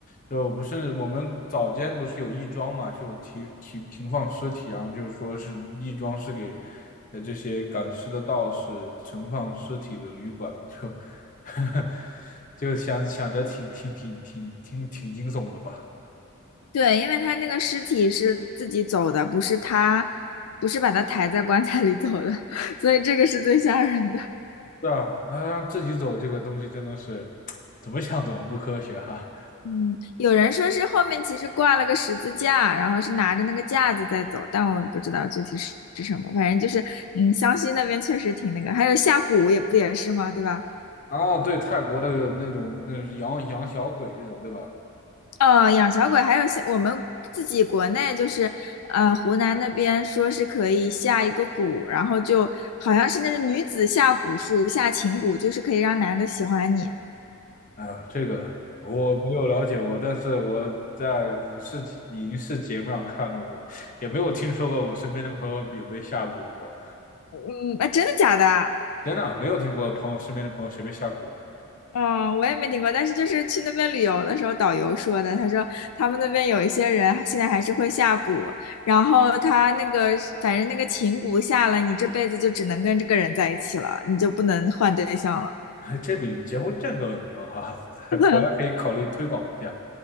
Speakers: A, on the left; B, on the left.
A: 就不是我们早间不是有亦庄嘛，就停停停放尸体啊，然后就是说是亦庄是给呃这些赶尸的道士存放尸体的旅馆，我就 <laughs> 就想想的挺挺挺挺挺挺惊悚的吧。
B: <laughs> 对，因为他那个尸体是自己走的，不是他，不是把他抬在棺材里走的，<laughs> 所以这个是最吓人的。
A: 对啊，那让自己走这个东西真的是 <tsk> 怎么想怎么不科学哈、
B: 嗯，有人说是后面其实挂了个十字架，然后是拿着那个架子在走，但我不知道具体是是什么。反正就是，嗯，湘西那边确实挺那个，还有下蛊也不也是吗？对吧？
A: 啊。对，泰国的那种那种养养小鬼这种，对吧？
B: 哦，养小鬼，还有像我们自己国内就是，呃，湖南那边说是可以下一个蛊，然后就好像是那个女子下蛊术，下情蛊，就是可以让男的喜欢你。
A: 哎呀，这个我没有了解过，但是我在影视节影视节目上看到过，也没有听说过我身边的朋友有被下蛊过，
B: 嗯，啊，真的假的？
A: 真的啊没有听过朋友身边的朋友谁被下蛊了。
B: 嗯，我也没听过，但是就是去那边旅游的时候，导游说的，他说他们那边有一些人现在还是会下蛊，然后他那个反正那个情蛊下了，你这辈子就只能跟这个人在一起了，你就不能换对象了。
A: <laughs> 这比结婚证更有用哈、<laughs>
B: <laughs>
A: 果然可以考虑推广一下。